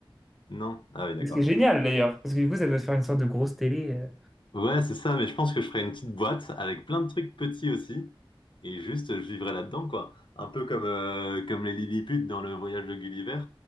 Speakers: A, on the left; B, in the centre.
A: Non? Ah oui, d'accord.
B: Ce qui est génial d'ailleurs, parce que du coup, ça doit se faire une sorte de grosse télé. euh.
A: Ouais, c'est ça, mais je pense que je ferais une petite boîte avec plein de trucs petits aussi, et juste je vivrais là-dedans, quoi. Un peu comme, euh, comme les Lilliput dans le voyage de Gulliver.